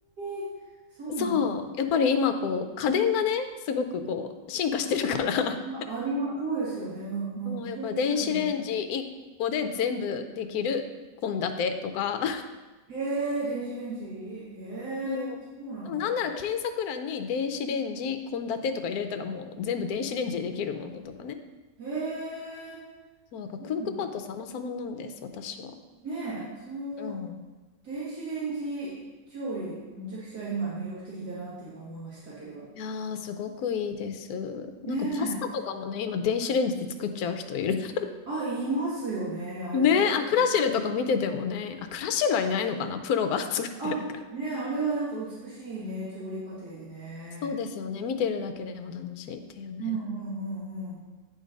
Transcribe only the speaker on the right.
えそうなん
だ。あ、あります。そうですよね。うんうん。
調理家電。へえ、電子レンジ。へえ、
そうなんですね。
へえ、
そうなんだ
ねえ、その、
電子レンジ調理、めちゃくちゃ今魅力的だなって今思いましたけど。
ねえ。
あ、いますよね。あれ、
どう、
あ、ねえ、あれはなんか美しいね、調理過程でね。
うんうんうんうん。